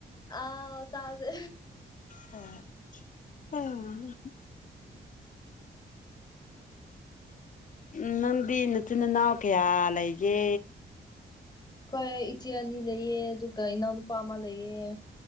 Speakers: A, on the left; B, on the left.
A: ꯑꯥꯎ ꯆꯥꯖꯦ
B: ꯍꯣꯏ <unintelligible> ꯎꯝ ꯅꯪꯗꯤ ꯅꯆꯤꯟꯅꯥꯎ ꯀꯌꯥ ꯂꯩꯒꯦ
A: ꯍꯣꯏ ꯏꯆꯦ ꯑꯅꯤ ꯂꯩꯌꯦ ꯑꯗꯨꯒ ꯏꯅꯥꯎꯅꯨꯄꯥ ꯑꯃ ꯂꯩꯌꯦ